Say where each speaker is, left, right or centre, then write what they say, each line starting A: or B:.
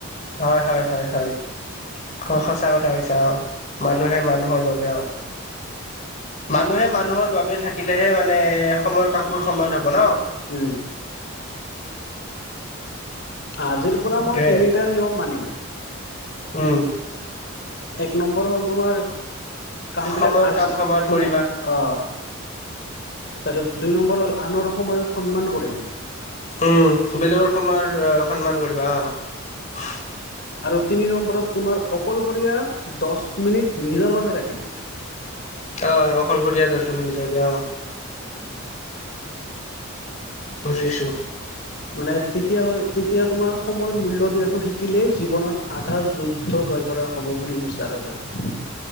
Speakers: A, on the left (about 35°); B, on the left (about 50°).
A: হয় হয়-হয় - হয়, অ সঁচা কথা কৈছা, অ মানুহে মানুহৰ বাবে, অ মানুহে মানুহৰ বাবে থাকিলেহে মানে সময়ৰ কামবোৰ সময়ত হ'ব ন।
B: উম আজিৰ পৰা
A: সেইটোৱে।
B: মই তিনিটা নিয়ম মানিম।
A: উম
B: এক নম্বৰ হ'ল তোমাৰ কাম
A: সময়ৰ
B: বিলাক আজি,
A: কাম সময়ত
B: সম
A: কৰিবা
B: অ তাৰপিছত দুই নম্বৰ হ'ল, আনৰ সময়ৰ সন্মান কৰিম।
A: উম বেলেগৰ সময়ৰ সন্মান কৰিবা, অঁ।
B: আৰু তিনি নম্বৰত তোমাৰ, অকলশৰীয়া দশ মিনিট নিজৰ বাবে ৰাখিম।
A: অঁ, অকলশৰীয়া দশ মিনিট নিজৰ বাবে অঁ। <inaudible> বুজিছো।
B: মানে তেতিয়া হয়, তেতিয়া তোমাৰ সময়ৰ মূল্য দিয়াটো শিকিলেই জীৱনৰ আধা যুদ্ধ জয় কৰা হব বুলি <unintelligible>